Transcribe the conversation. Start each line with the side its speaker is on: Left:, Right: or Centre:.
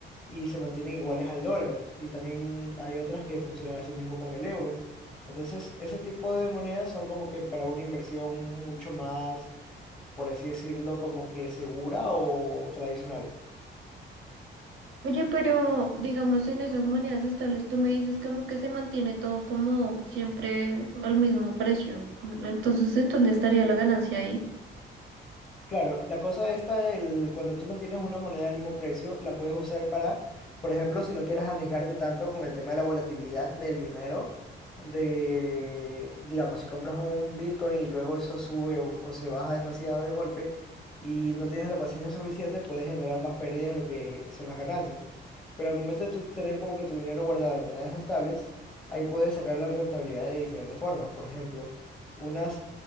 Left: y se mantienen iguales al dólar. Y también hay otras que funcionan así mismo con el euro. Entonces, ese tipo de monedas son como que para una inversión mucho más, por así decirlo, como que segura o tradicional.
Right: Oye, pero digamos, en esas monedas estables, tú me dices como que se mantiene todo como siempre al mismo precio. Entonces, ¿en dónde estaría la ganancia ahí?
Left: Claro, la cosa esta del cuando tú mantienes una moneda al mismo precio, la puedes usar para, por ejemplo, si no quieres arriesgarte tanto con el tema de la volatilidad del dinero, de, digamos, si compras un Bitcoin y luego eso sube o, o se baja demasiado de golpe y no tienes la paciencia suficiente, puedes generar más pérdidas de lo que son las ganancias. Pero al momento de tú tener como que tu dinero guardado en monedas estables, ahí puedes sacar la rentabilidad de diferentes formas. Por ejemplo, unas